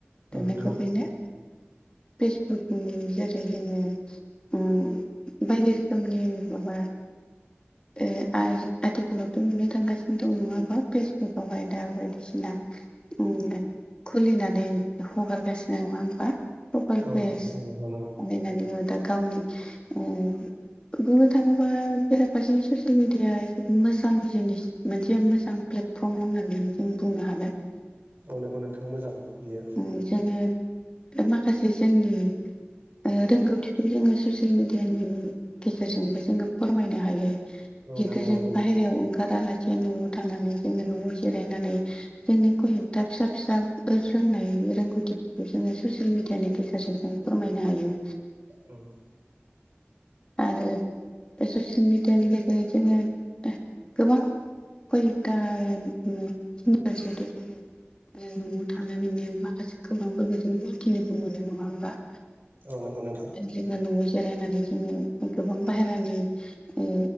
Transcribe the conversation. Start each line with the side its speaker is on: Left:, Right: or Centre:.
Right: औ
Left: दा
Right: नोंथां
Left: नोंगौ बेनो। फेसबुकनि जेरै जोङो। उम बायदि रोखोमनि माबा ओ आइ आथिखालावथ' नुनो थांगासिनो दं नङाबा फेसबुकआवहाय दा बायदिसिना उम दे खुलिनानै हगारगासिनो नङा होमबा? प्रपाइल
Right: औ
Left: पेस
Right: नोंथां औ नंगौ नंगौ
Left: बानायनानै दा गावनि ओ बुंनो थाङोबा बेराफारसे ससियेल मिडिया मोजां जिनिस मोनसे मोजां पेल्दफ्रम होननानै बुं बुंनो हागोन
Right: औ नोंगौ नोंथां मोजां बियो
Left: उम जोङो माखासे जोंनि ओ रोंगौथिखौ जोङो ससियेल मिडियानि गेजेरजोंबो जोङो फोरमायनो हायो
Right: औ
Left: खिन्थु
Right: नंगौ
Left: जों
Right: नंगौ नोंथां
Left: बाहेरायाव ओंखाराला जे न'आव थानानै जोङो न'आव जिरायनानै जोंनि खम एकथा फिसा फिसा रोंनाय रोंगौथिफोरखौ जोङो ससियेल मिडियानि गेजेरजों जों फोरमायनो हायो।
Right: उम
Left: आरो ससियेल मिडियानि गेजेरजों जोङो गोबां कयता <unintelligible> थानानैनो माखासे खौरांफोरखौ जों मिथिनोबो मोनो नङा होमबा!
Right: औ नंगौ नोंथां।
Left: जोङो न'आव जिरायनानै जोङो गोबां बायहेरानि ओ